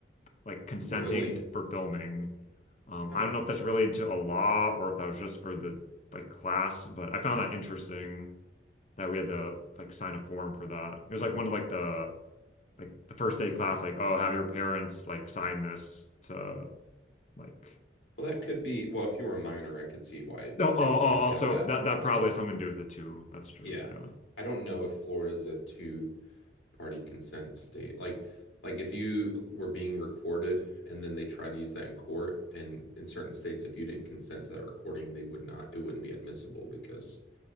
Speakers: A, on the left; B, on the left.
A: like consenting
B: Really?
A: for filming. Um,
B: Huh.
A: I don't know if that's related to a law or if that was just for the like class, but I found that interesting that we had to like sign a form for that. It was like one of like the like the first day class, like oh, have your parents like sign this to like.
B: Well, that could be, well, if you were a minor, I could see why
A: No, oh,
B: they
A: oh,
B: would have
A: also
B: to have that.
A: that that probably has something to do with it too. That's true.
B: Yeah.
A: Yeah.
B: I don't know if Florida's a two-party consent state. Like like if you were being recorded and then they try to use that in court and in certain states if you didn't consent to that recording, they would not it wouldn't be admissible because